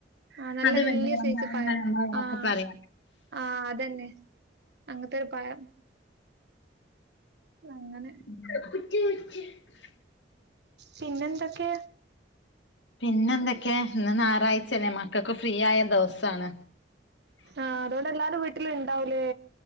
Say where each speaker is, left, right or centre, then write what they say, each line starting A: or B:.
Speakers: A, on the right; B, on the left.
A: ആഹ് നല്ല
B: അത്
A: വല്യ
B: വെണ്ണൂറം
A: സൈസ് പഴം
B: എന്നാണ് നമ്മളെ ഇവിടൊക്കെ
A: ആഹ്
B: പറയാ
A: ആഹ് അത് തന്നെ അങ്ങനത്തൊരു പഴം അങ്ങനെ
B: <unintelligible>
A: പിന്നന്തൊക്കെയാ
B: പിന്നെ എന്തൊക്കെയ ഇന്ന് ഞായറാഴ്ചല്ലേ മക്കൾക്ക് ഫ്രീ ആയ ദിവസാണ്
A: ആഹ് അതോണ്ട് എല്ലാരും വീട്ടില് ഇണ്ടാവല്ലേ